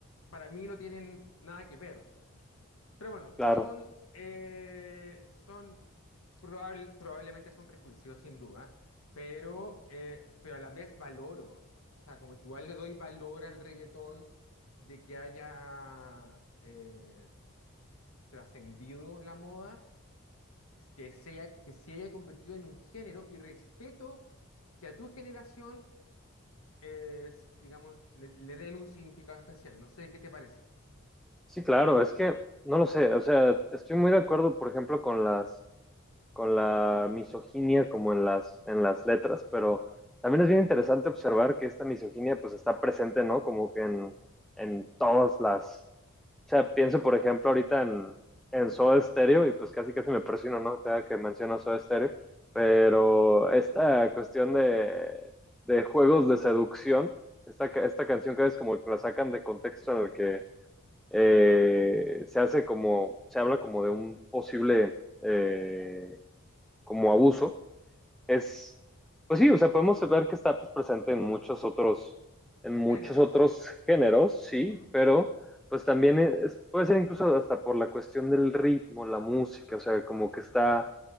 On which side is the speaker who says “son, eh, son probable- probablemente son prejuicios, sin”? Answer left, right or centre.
Left